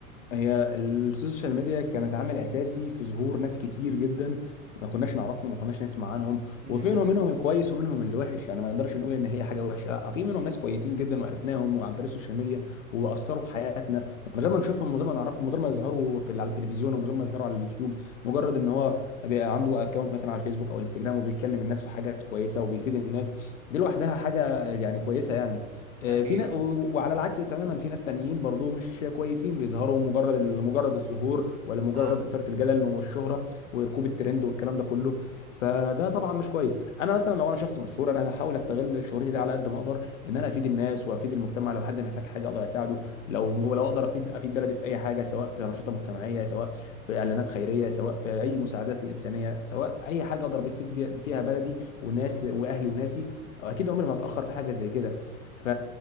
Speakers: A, on the left; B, on the right.
A: هي السوشيال ميديا كانت عامل اساسي في ظهور ناس كتير جدا ما كناش نعرفهم ما كناش نسمع عنهم
B: مم.
A: وفيهم منهم الكويس ومنهم اللي وحش يعني ما نقدرش نقول ان هي حاجه وحشه لا في منهم ناس كويسين جدا وعرفناهم وعن طريق السوشيال ميديا واثروا في حياتنا من غير ما نشوفهم من غير ما نعرفهم من غير ما يظهروا في على التلفزيون ومن غير ما يظهروا على اليوتيوب مجرد ان هو بيبقى عنده اكونت مثلا على الفيسبوك او انستجرام وبيتكلم الناس في حاجات كويسه وبيفيد الناس دي لوحدها حاجه يعني كويسه يعني آه،
B: أكيد
A: في ناس وعلى العكس تماما في ناس تانيين برضو مش كويسين بيظهروا مجرد مجرد الظهور ولا مجرد
B: اه
A: إثارة الجدل والشهرة وركوب الترند والكلام ده كله فده طبعا مش كويس انا مثلا لو انا شخص مشهور انا هحاول استغل شهرتي دي على قد ما اقدر ان انا افيد الناس وافيد المجتمع لو حد محتاج حاجه اقدر اساعده لو
B: مم.
A: لو اقدر افيد افيد بلدي في اي حاجه سواء في انشطه مجتمعيه سواء في اعلانات خيريه سواء في اي مساعدات الانسانيه سواء اي حاجه اقدر افيد فيها بلدي وناس
B: مم.
A: واهلي وناسي اكيد عمري ما هتاخر في حاجه زي كده ف...